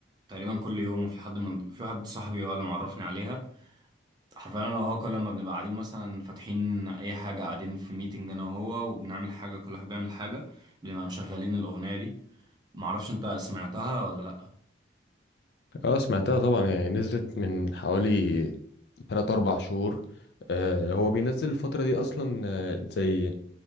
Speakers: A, on the right; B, on the left.
A: تقريبا كل يوم وفي حد من في حد صاحبي هو اللي معرفني عليها حرفيا أنا وهو كل ما بنبقى قاعدين مثلا فاتحين أي حاجة قاعدين في ميتنج أنا وهو وبنعمل حاجة كل واحد بيعمل حاجة بنبقى مشغلين الأغنية دي معرفش أنت سمعتها ولا لأ
B: اه سمعتها طبعا يعني نزلت من حوالي 3 4 شهور آه، هو بينزل الفترة دي اصلا آه، زي